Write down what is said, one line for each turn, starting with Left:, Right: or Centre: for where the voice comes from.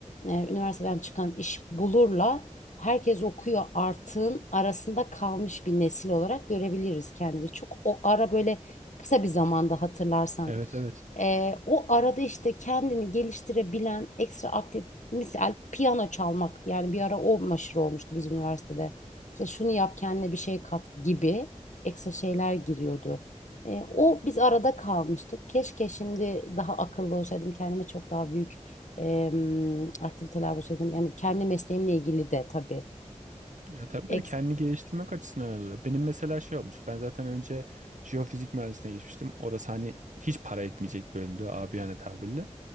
Left: Ee, üniversiteden çıkan iş bulurla herkes okuyor artığın arasında kalmış bir nesil olarak görebiliriz kendimizi. Çok o ara böyle kısa bir zamanda hatırlarsan.
Right: Evet evet.
Left: Ee, o arada işte kendini geliştirebilen ekstra aktif misal piyano çalmak yani bir ara o meşhur olmuştu bizim üniversitede. İşte şunu yap kendine bir şey kat gibi ekstra şeyler giriyordu. Ee, o biz arada kalmıştık. Keşke şimdi daha akıllı olsaydım kendime çok daha büyük em, aktiviteler bulsaydım. Yani kendi mesleğimle ilgili de tabii
Right: Ya tabii
Left: e,
Right: tabii kendini geliştirmek açısından öyle oluyor. Benim mesela şey olmuş. Ben zaten önce jeofizik mühendisliğine geçmiştim. Orası hani hiç para etmeyecek bir bölümdü abiyane tabirle.